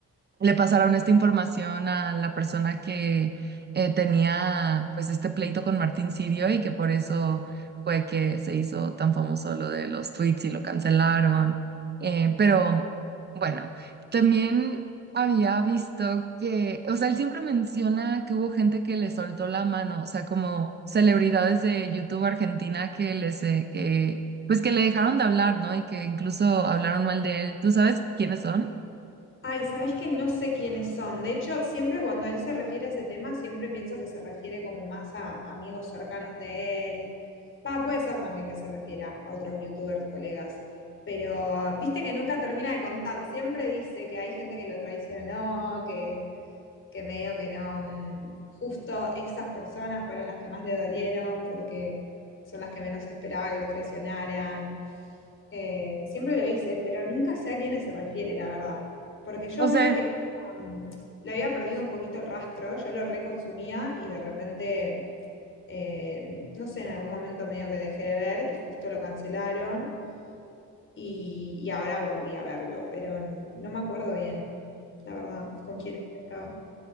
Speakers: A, on the right; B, on the left.
A: le pasaron esta información a la persona que eh, tenía pues este pleito con Martín Sirio y que por eso fue que se hizo tan famoso lo de los tweets y lo cancelaron. Eh, pero bueno, también había visto que, o sea, él siempre menciona que hubo gente que le soltó la mano, o sea, como celebridades de YouTube Argentina que les, eh, que, pues que le dejaron de hablar, ¿no? Y que incluso hablaron mal de él. ¿Tú sabes quiénes son?
B: Ay, sabes que no sé quiénes son. De hecho, siempre cuando él se refiere a ese tema, siempre pienso que se refiere como más a amigos cercanos de él. Va, puede ser también que se refiera a otros youtubers, colegas. Pero viste que nunca termina de contar. Siempre dice que hay gente que lo traicionó, que, que medio que no. mm, Justo esas personas fueron las que más le dolieron porque son las que menos esperaba que lo traicionaran. Eh, siempre lo hice, pero nunca sé a quiénes se refiere, la verdad. Porque yo
A: No
B: medio
A: sé,
B: que um, le había perdido un poquito el rastro, yo lo reconsumía y de repente, eh, no sé, en algún momento medio que dejé de ver y justo lo cancelaron y, y ahora volví a verlo, pero n- no me acuerdo bien, la verdad, con quién estaba.